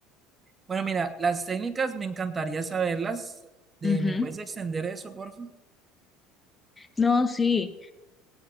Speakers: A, on the right; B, on the left.
A: Bueno, mira, las técnicas me encantaría saberlas. De,
B: Ujú.
A: ¿me puedes extender eso, por favor?
B: No, sí.